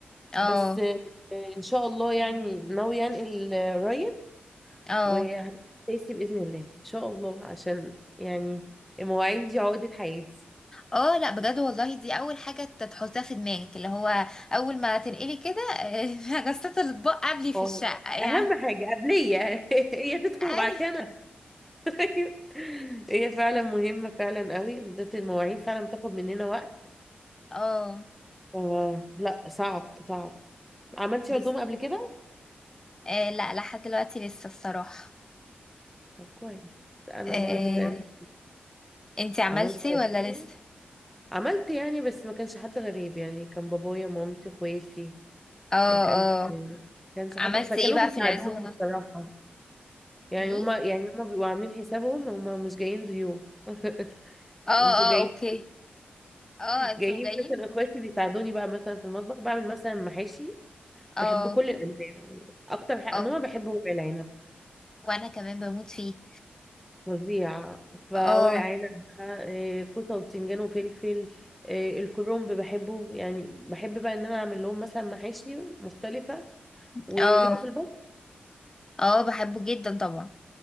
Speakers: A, on the left (about 15°); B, in the centre.
A: اه
B: بس آه، إن شاء الله يعني ناوية أنقل آه، قريب
A: اه
B: وهتأسي بإذن الله إن شاء الله عشان يعني المواعين دي عقدة حياتي
A: اه لا بجد والله دي اول حاجة ت- تحطها في دماغك اللي هو اول ما تنقلي كده <laughs> غسالة الاطباق قبلي في
B: اه
A: الشقة
B: أهم
A: يعني
B: حاجة قبلية <laughs> هي تدخل
A: أي-
B: وبعد كده أنا <laughs> أيوة. هي فعلا مهمة فعلا قوي بالذات المواعين فعلا بتاخد مننا وقت
A: اه
B: آه لا صعب صعب عملتي
A: بس
B: عزومة قبل كده؟
A: آه لا لحد دلوقتي لسه الصراحة
B: طب كويس أنا
A: آه
B: برضو تقريبا
A: انتي عملتي
B: عملت عزومة
A: ولا لسه
B: عملت يعني بس ما كانش حد غريب يعني كان بابايا مامتي اخواتي
A: اه
B: ما كانش
A: اه
B: كانش
A: عملتي
B: حد فكانوا
A: ايه بقى
B: بيساعدوني
A: في العزومة
B: بصراحة يعني
A: ايه
B: هما يعني هما بيبقوا عاملين حسابهم هما مش جايين ضيوف <laughs>
A: اه اه
B: انتوا جايين
A: اوكي اه انتوا
B: جايين
A: جايين
B: مثلا اخواتي بيساعدوني بقى مثلا في المطبخ بعمل مثلا محاشي
A: اه
B: بحب كل الانواع يعني. اكتر حاجة
A: اه
B: نوع بحبه ورق العنب
A: وانا كمان بموت فيه
B: فظيع فورق
A: اه
B: عنب بقى، آه، كوسه وبتنجان وفلفل آه، الكرنب بحبه يعني بحب بقى ان انا اعمل لهم مثلا محاشي مختلفه وليكي
A: اه
B: في البط
A: اه بحبه جدا طبعا